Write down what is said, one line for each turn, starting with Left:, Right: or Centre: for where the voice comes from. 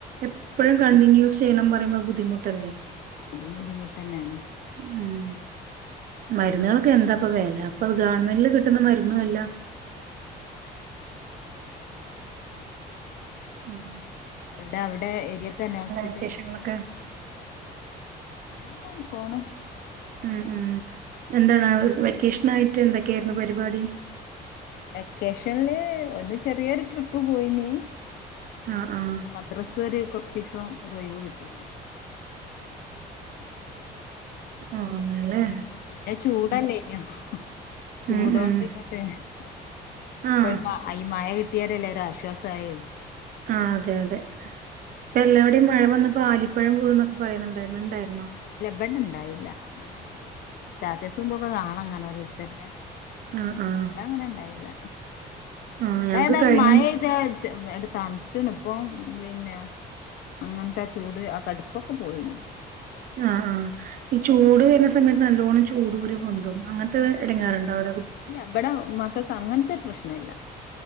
Right: എപ്പോഴും
Left: ആ
Right: കണ്ടിന്യൂസ് ചെയ്യണം പറ ബുദ്ധിമുട്ടല്ലേ
Left: അത് ബുദ്ധിമുട്ടേന്നെണ്
Right: ഉം മരുന്നുകളൊക്കെ എന്താപ്പ വേല അപ്പൊ അത് ഗവണ്മെന്റിില് കിട്ടുന്ന മരുന്നുല്ല
Left: ല്ലന്ന
Right: ഉം
Left: എവിടെ അവിടെ ഏരിയത്ത തന്നെ ഹോസ്പിറ്റൽ
Right: വിശേഷങ്ങളൊക്കെ
Left: ആ പോണ
Right: ഉം ഉം എന്താണ് വെകേഷ്ണായിട്ട് എന്തൊക്കെയായിരുന്നു പരിപാടി
Left: വെക്കേഷനില് ഒന്ന് ചെറിയൊരു ട്രിപ്പ് പോയിന്
Right: ആഹ്
Left: അപ്പേക്ക്
Right: ആഹ്
Left: മദ്രസ് വര് കുറച്ച് തിസോ ഒരൊഴിവ് കിട്ടി അങ്ങനെ പോയി
Right: ആ അങ്ങെല്ലെ
Left: ന്നെ ചൂടല്ലയ്നോചൂടോണ്ട്
Right: ഉം ഉം
Left: ഇങ്ങോട്ട് പിന്നെ ഇപ്പൊ
Right: ആഹ്
Left: ഒരു ഐ മയ ട്ടയാരല്ല ഒരാശ്വാസ ആയെ
Right: ആ അതെ അതെ ഇപ്പല്ലാ വിടെ യും മഴ വന്നപ്പോ ആലിപ്പഴം വീഴുന്നൊക്കെ പറയുന്നുണ്ടായിരുന്നുണ്ടായിരു
Left: ലബണ്ണ് ണ്ടായി ല അങ്ങനെ ഒ സ്റ്റാറ്റ് രസുന്തൊക്കെ കാണാം അങ്ങനെഓരോത്തന്നെ
Right: ആഹ് ആഹ്
Left: ഇവിടങ്ങനെണ്ടായില്ല
Right: ആഹ്
Left: ഇവിടെ
Right: ഞങ്ങക്ക്
Left: ഏതായാലും
Right: കഴിഞ്ഞ
Left: മഴ ഇതേൽ ചെഎടു തണുത്തണ ഇപ്പംപിന്നെ അങ്ങനത്തെ ചൂട് ആ കടുപ്പൊക്കെ പോയി ണ്
Right: ആ ആ ഈ ചൂട് വരുന്ന സമയത്ത് നല്ലോണം ചൂട് കുരു പൊന്തും അങ്ങനത്തെ എടങ്ങാറുണ്ടവിട
Left: ഇല്ല ഇവിടെ മക്കക്ക് അങ്ങനത്തെ ഒരു പ്രശ് നല്ല